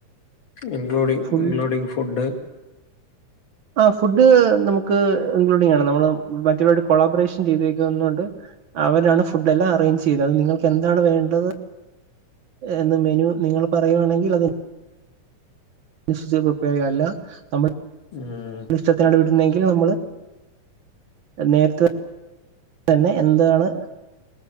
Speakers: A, on the left; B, on the right.
A: ഇൻക്ലൂഡിംഗ്,
B: ഫുൾ
A: ഇൻക്ലൂഡിംഗ് ഫുഡ്
B: ആഹ്.. ഫുഡ് നമുക്ക് ഇൻക്ലൂഡിംഗാണ് നമ്മള് മറ്റുള്ളവരോട് കൊളാബറേഷൻ ചെയ്തുവക്കുന്നതു കൊണ്ട് അവരാണ് ഫുഡെല്ലാം അറേഞ്ച് ചെയ്യുന്നത്, അത് നിങ്ങൾക്കെന്താണ് വേണ്ടത് എന്ന് മെനുനിങ്ങൾ പറയുവാണെങ്കിലത് ഡിഷ്പ്രിപ്പയറല്ലാ നമ്മ
A: ഉം...
B: ഇഷ്ടത്തിനാണുവിടുന്ന തെങ്കിൽ നമ്മള് നേരത്തെ തന്നെ തന്നെ എന്താണ്